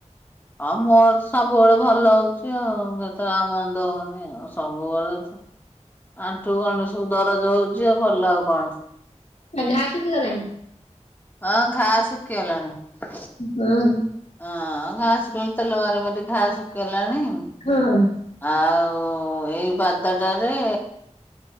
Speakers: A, on the left (about 15°); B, on the left (about 70°).
A: ହଁ ମୋର ସବୁବେଳେ ଭଲ ହଉଛି ଆଉ ଯେତେଯାହା ମନ୍ଦ ହଉନି ଆଉ ସବୁବେଳେତ ଆଣ୍ଠୁ ଗଣ୍ଠି ସବୁ ଦରଜ ହଉଚି ଆଉ ଭଲ ଆଉ କଣ?
B: ଆ ଘା ଶୁଖିଗଲାଣି।
A: ହଁ ଘା ଶୁଖିଗଲାଣି।
B: ହୁଁ
A: ହଁ ଘା ଶୁଖି ତେଲ ମାରି ମାରି ଘା ଶୁକିଗଲାଣି।
B: <unintelligible>
A: ଆଉ ଏଇ ପାଦଟାରେ